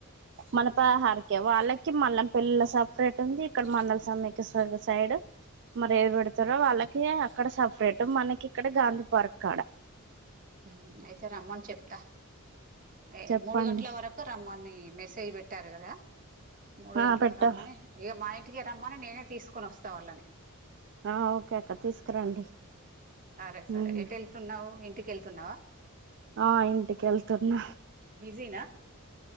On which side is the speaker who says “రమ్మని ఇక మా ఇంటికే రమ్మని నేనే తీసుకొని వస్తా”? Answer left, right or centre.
Right